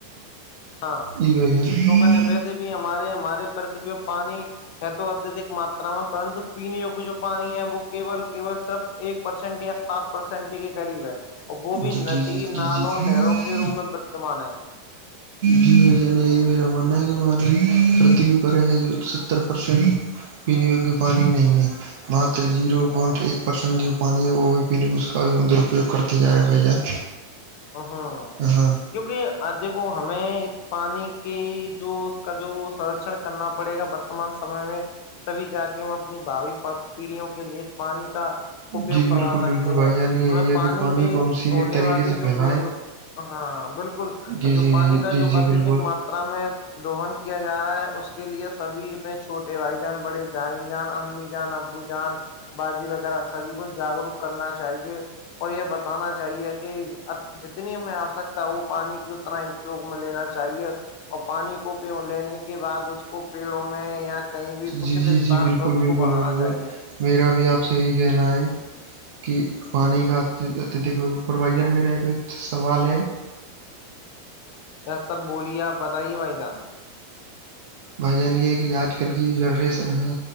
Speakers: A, on the left; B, on the right.
A: ہاں
B: جی بھائی جان
A: توکن ویسے بھی ہمارے ہمارے کرتی ہو پانی ہے تو اتدک ماتا پرنت پینےگ جو پانی ہے وہول کےول صرف ایک پرسینٹ یا سات پرسینٹ کے قریب ہے اور وہ بھی
B: جی
A: ندی
B: جی جی
A: نالوں
B: جی جی
A: نہروں کے روپ میں ورتمان ہے
B: جی جان یہی میرا ماننا ہے کہ ہماری پتھوی پر ہے جو ستر پر شریف ونییوگی پانی نہیں ہے مہ زیرو پوائنٹ ایک پرسینٹ جو پانی ہے وہ بھی پینے کا اس کا بھی اندرپیوگ کرتے جا رہ ہیں بھائی جان
A: ہاں
B: ہاں
A: کیونکہ دیکھو ہمیں اس پانی کے جو اس کا جو سرشن کرنا پڑے گا تمان سمے میں تبھی جا کے میں اپنی بھابی پیڑھیوں کے لیے پانی کا اپیوگ
B: جی
A: کروا
B: بالکل
A: سکتے
B: بالکل
A: ہیں
B: بھائی جان یہی
A: ہم
B: ہے
A: پانی
B: کہ
A: کے
B: کو ہم سیمت
A: ہونے
B: طریقے
A: والے
B: سے
A: جو
B: پھیلائیں
A: ہاں بالکل
B: جی
A: جو
B: جی
A: پانی
B: جی
A: کا
B: جی
A: جو
B: جی
A: اتدک
B: بالکل
A: ماترا میں دوہن کیا جا رہا ہے اس کے لیے سبھی اپنے چھوٹے بھائی جان بڑے جائی جان امی جان بو جان بازی وغیرہ سبھی کو جاگروک کرنا چاہیے اور یہ بتانا چاہیے کہ جتنی میں آ سکتا ہوں پانی کی اتنا ہی اپیوگ میں لینا چاہیے اور پانی کو پ لینے کے بعد اس کو پیڑوں میں یا کہیں بھی اچت
B: جی جی
A: استھان
B: جی بالکل
A: پر اس
B: بالکل
A: کو بنانا
B: بالکل
A: چاہیے
B: میرا بھی آپ سے یہی کہنا ہے کہ پانی کا اتدھک پروائزن میں رہے گ سوال ہے
A: یس سر بولیے آپ بتائیے بھائی جان
B: بھان یہ کہ آج کل کی جنریسن ہے